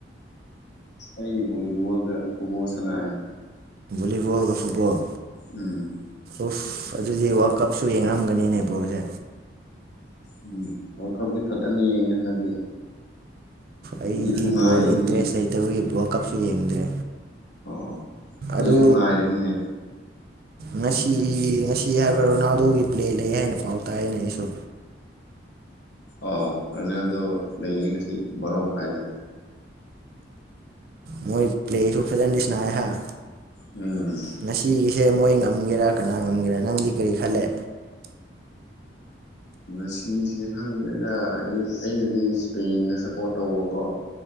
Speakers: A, on the left; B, on the right.
A: ꯑꯩꯗꯤ ꯕꯣꯂꯤꯕꯣꯜ ꯒ ꯐꯨꯠꯕꯣꯜ ꯁꯅꯩꯌꯦ
B: ꯚꯣꯂꯤꯕꯣꯜꯒ ꯐꯨꯠꯕꯣꯜ
A: ꯎꯝ
B: ꯎꯐ ꯑꯗꯨꯗꯤ ꯋꯥꯔꯜ ꯀꯞꯁꯨ ꯌꯦꯡꯔꯝꯒꯅꯤꯅꯦ ꯕ꯭ꯔꯣꯁꯦ
A: ꯎꯝ ꯋꯥꯜ ꯀꯞꯗꯤ ꯐꯖꯅ ꯌꯦꯡꯉꯦ ꯍꯟꯗꯛꯇꯤ
B: ꯑꯩꯗꯤ
A: ꯍꯧꯖꯤꯛꯁꯨ ꯉꯥꯏꯔꯤꯅꯤꯅꯦ
B: ꯕꯣꯜ ꯏꯟꯇꯔꯦꯁ ꯂꯩ ꯇꯕꯒꯤ ꯋꯥꯜ ꯀꯞꯁꯨ ꯌꯦꯡꯗ꯭ꯔꯦ
A: ꯑꯣ ꯍꯧꯖꯤꯛꯁꯨ
B: ꯑꯗꯨ
A: ꯉꯥꯏꯔꯤꯅꯤꯅꯦ
B: ꯉꯁꯤ ꯉꯁꯤ ꯍꯥꯏꯕ ꯔꯣꯅꯥꯜꯗꯣꯒꯤ ꯄ꯭ꯂꯦ ꯂꯩ ꯍꯥꯏꯅ ꯄꯥꯎ ꯇꯥꯌꯦꯅꯦ ꯑꯩꯁꯨ
A: ꯑꯣ ꯔꯣꯅꯦꯜꯗꯣ ꯂꯩꯌꯦ ꯉꯁꯤ ꯕꯣꯔꯣ ꯃꯈꯥꯏꯗ
B: ꯃꯣꯏ ꯄ꯭ꯂꯦꯁꯨ ꯐꯖꯅ ꯁꯅ ꯍꯥꯏ
A: ꯎꯝ
B: ꯉꯁꯤꯒꯤꯁꯦ ꯃꯣꯏ ꯉꯝꯒꯦꯔꯥ ꯀꯅꯥ ꯉꯝꯒꯦꯔꯥ ꯅꯪꯗꯤ ꯀꯔꯤ ꯈꯜꯂꯦ
A: ꯉꯁꯤꯁꯦ ꯈꯪꯗꯦꯗ ꯑꯩꯅꯗꯤ ꯏꯁꯄꯦꯟꯗ ꯁꯞꯄꯣꯔꯠ ꯇꯧꯕꯀꯣ